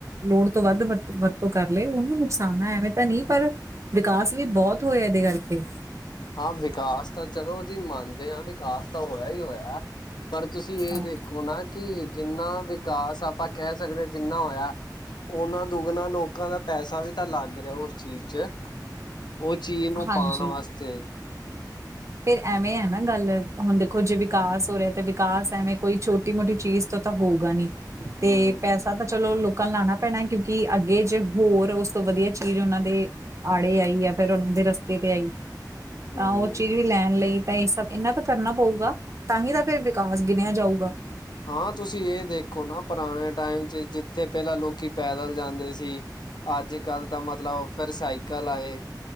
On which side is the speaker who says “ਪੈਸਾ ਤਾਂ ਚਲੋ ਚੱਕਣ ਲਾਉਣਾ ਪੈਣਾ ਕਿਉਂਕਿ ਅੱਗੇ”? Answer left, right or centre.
Right